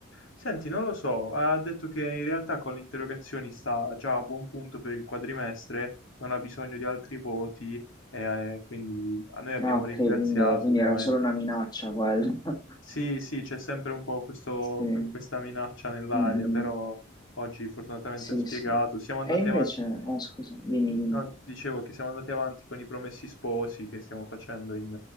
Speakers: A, on the left; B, on the left.
A: Senti, non lo so, ha detto che in realtà con le interrogazioni sta già a buon punto per il quadrimestre, non ha bisogno di altri voti E, eh, quindi a noi abbiamo
B: Ah ok,
A: ringraziato
B: quindi, quindi
A: ovviamente.
B: era solo una minaccia quella. <laughs>
A: Sì, sì, c'è sempre un po' questo-
B: Sì. Mm,
A: que- questa minaccia nell'aria,
B: mm.
A: però oggi fortunatamente
B: Sì,
A: ha spiegato.
B: sì.
A: Siamo andati
B: E invece...
A: avanti.
B: Ah scusa, dimmi, dimmi.
A: No, dicevo che siamo andati avanti con i Promessi Sposi che stiamo facendo in,